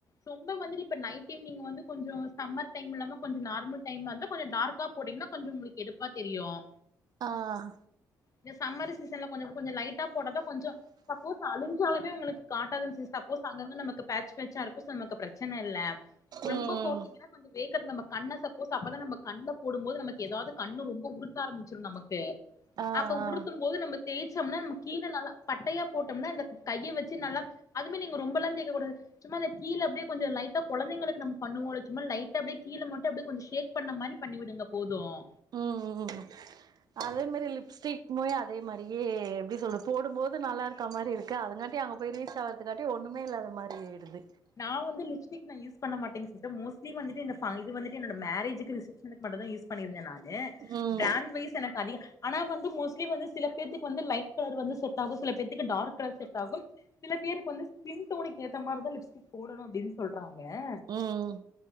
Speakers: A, on the left; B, on the right.
A: சம்ப வந்து இப்ப நைட் டைம் நீங்க வந்து கொஞ்சம் சம்மர் டைம் இல்லாம கொஞ்சம் நார்மல் டைம்ல இருந்தா கொஞ்சம் டார்க்கா போட்டீங்கன்னா கொஞ்சம் உங்களுக்கு எடுப்பா தெரியும்
B: ஆஹ்
A: இந்த சம்மர் சீசன்ல கொஞ்சம் கொஞ்சம் லைட்டா போடாத கொஞ்சம் சப்போஸ் அழி்சாலமே உங்களுக்கு காட்டாதது சப்போஸ் அங்கங்க நமக்கு பேட்ச பேச்சா இருக்கும் நமக்கு பிரச்சனை இல்ல ரொம்ப
B: ம்
A: போட்டீங்கன்னா கொஞ்சம் வேக்கர்து நம்ம கண்ண சப்போஸ் அப்பதான் நம்ம போடும் போது நமக்கு ஏதாவது கண்ணு ரொம்ப உறுத்த ஆரம்பிக் நமக்கு
B: ஆ
A: அப்ப
B: ஆ
A: உருத்தும் போது நம்ம தேய்ச்சோம்னா நம்ம கீழ நல்லா பட்டையா போட்டோம்னா இந்த கையை வச்சு நல்லா அதுமேி நீங்க ரொம்ப எல்லாம் கேட்க கூடாது சும்மா அந்த கீழ அப்படியே கொஞ்ச லைட்டா குழந்தைங்களுக்கு நம்ம பண்ணுவோம் சும்மா லைட்டா அப்படியே கீழ மட்டும் அப்படியே கொஞ்சம் ஷேக் பண்ண மாதிரி பண்ணி விடுங்க போதும்
B: ம் ம் அதே மாதிரி லிப்ஸ்டிக் மய் அதே மாதிரியே எப்படி சொல்லு போடும்போது நல்லா இருக்கற மாதிரி இருக்குது அதுங்காட்டி அங்கே போய் ரீஸ் ஆகறதுக்காட்டி ஒன்றுமே இல்லாத மாதிரிடுது
A: நான் வந்து லிப்ஸ்டிக் நா யூஸ் பண்ண மாட்டேன் சிஸ்டர் மோஸ்ட்லி வந்துட்டு இந்த இது வந்து என்னோட மேரேஜுக்கு ரிசப்ஷனுக்கு மட்டும் தான் யூஸ் பண்ணிருான் ஏ
B: ம்
A: பிராண்ட் வைஸ் எனக்கு அதிக ஆனா வந்து மோஸ்ட்லி வந்து சில பேருக்கு வந்து லை் கலர் வந்து செட் ஆகும் சில பேருக்கு டார்க் கலர் செ் ஆகும் சில பேருக்கு வந்து ஸ்கின் டோனுக்கு ஏ மாிரிான் லிப்ஸ்டிக் போடணும்ப்படின்னு சொல்றாங்க யா
B: ம்